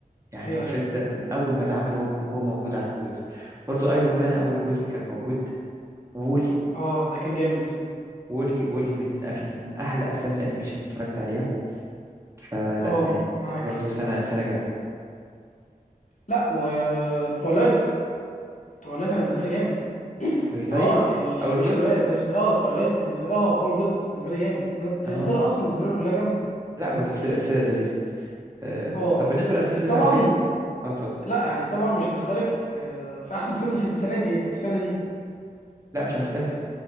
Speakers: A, on the right; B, on the left.
A: يعني
B: ايوه
A: الفيلم
B: ايوه
A: ده من اول ما اتعمل هو وهو موجود على الكمبيوتر برضو ايرون مان اول جزء كان موجود وولي
B: اه ده كان جامد
A: وولي وولي من أف من أحلى أفلام الأنيميشن اللي اتفرجت عليها فلا
B: اه
A: يعني
B: معاك
A: برضو سنة سنة جامدة
B: لا وتولايت تواليت انا بالنسبه لي جامد <laughs>
A: تويلايت
B: اه يعني
A: أول
B: مش
A: جزء
B: الوقت بس اه تواليت بالنسبه لي، اه اول جزء بالنسبه لي جامد انا السلسله
A: اه
B: اصلا بالنسبه لي كلها جامده
A: لا هو سلسلة
B: يعني
A: سلسلة لذيذة آه.
B: اه
A: طب بالنسبة
B: بس
A: ل 2009
B: طبعا
A: شايف اه اتفضل
B: لا يعني طبعا مش هنختلف آه، في احسن فيلم في السنه دي يعني في السنه دي
A: لا مش هنختلف